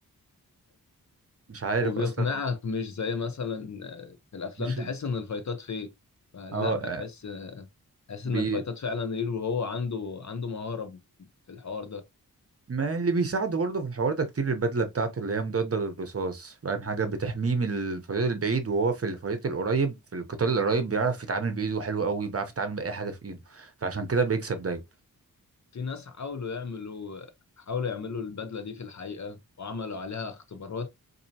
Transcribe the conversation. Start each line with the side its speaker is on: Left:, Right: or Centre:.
Right: مش عارف
Left: وبيقنعك
Right: اصلا
Left: مش زي مثلا آه، في الافلام
Right: مش
Left: تحس ان الفايتات فيك آه، لا
Right: اه
Left: بتحس آه، تحس
Right: بي
Left: ان الفايتات فعلا ريل وهو عنده عنده مهارة في الحوار ده
Right: ما اللي بيساعده برضه في الحوار ده كتير البدله بتاعته اللي هي مضاده للرصاص فاهم حاجه بتحميه من الفريق البعيد وهو في الفريق القريب في القتال القريب بيعرف يتعامل بايده حلو قوي بيعرف يتعامل باي حاجه في ايده فعشان كده بيكسب دايما
Left: في ناس حاولوا يعملوا حاولوا يعملوا البدلة دي في الحقيقة وعملوا عليها اختبارات